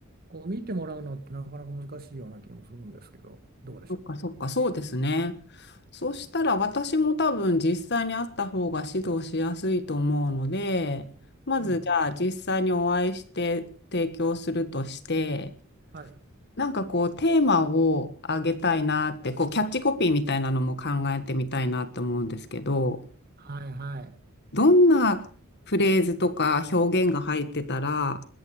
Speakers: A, on the right; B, on the left.
A: こう見てもらうのってなかなか難しいような気もするんですけどどうでしょうか。
B: そっかそっか、そうですね。そしたら私も多分実際に会った方が指導しやすいと思うので、まずじゃあ実際にお会いして提供するとして、
A: うん、はい、
B: なんかこうテーマをあげたいなって、こうキャッチコピーみたいなのも考えてみたいなって思うんですけど、
A: はい、はい
B: どんなフレーズとか表現が入ってたら、